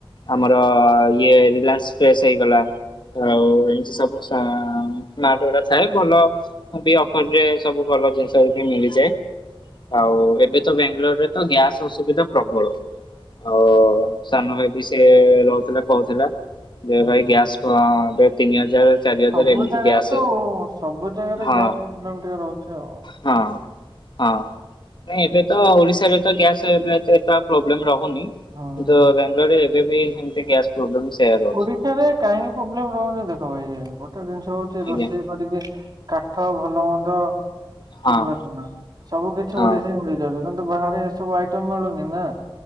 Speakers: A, on the left (about 55°); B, on the right (about 45°).
A: ଆମର ଇଏ ରିଲାଏନ୍ସ ଫ୍ରସେ ହେଇଗଲା। ଆଉ ଏମିତି ସବୁ ସା ନାଟ ଗଡା ଥାଏ ଭଲ ବି ଅଫର ରେ ସବୁ ଭଲ ଜିନିଷ ବି ମିଳିଯାଏ।
B: ହଁ
A: ଆଉ ଏବେ ତ ବାେଙ୍ଗାଲୋର ରେ ତ ଗ୍ୟାସ ଅସୁବିଧା ପ୍ରବଳ। ଆଉ ସାନ ଭାଇ ବି ସେ ରହୁଥିଲା କହୁଥିଲା ଯେ
B: ହଁ
A: ଭାଇ ଗ୍ୟାସ ଏବେ ତିନି ହଜାର ଚାରି ହଜାର
B: ସବୁ
A: ଏମିତି
B: ଜାଗାରେ
A: ଗ୍ୟାସ
B: ତ ସବୁ ଜାଗାରେ
A: ହଁ
B: ଗ୍ୟାସ ପ୍ରୋବ୍ଲେମ ଟିକେ ରହୁଛି ଆଉ
A: ହଁ ହଁ ନାଇଁ ଏବେ ତ ଓଡିଶାରେ ତ ଗ୍ୟାସ ଏବେ ଏ ତ ପ୍ରୋବ୍ଲେମ ରହୁନି।
B: ହଁ
A: କିନ୍ତୁ ବାେଙ୍ଗାଲୋରରେ ଏବେ ବି ସେମିତି ଗ୍ୟାସ୍ ପ୍ରୋବଲେମ୍ ସେୟା ରହୁଛି
B: ଓଡିଶାାରେରେ କାହିଁକି ପ୍ରୋବ୍ଲେମ ରହୁନି ଦେଖ ଭାଇ ଗୋଟେ ଜିନିଷ ହଉଛି
A: ଆଜ୍ଞା
B: ରୋଷେଇ କରିକି କାଠ ଭଲ ମନ୍ଦ
A: ହଁ
B: ବୁଝିପାରୁଛ ନା ସବୁ କିଛି
A: ହଁ
B: ଓଡିଶା ରେ ମାଲିଯାଉଛି। ନ୍ତୁ ବାହାରେ ଏସବୁ ଆଇଟମ ମିଳୁନି ନା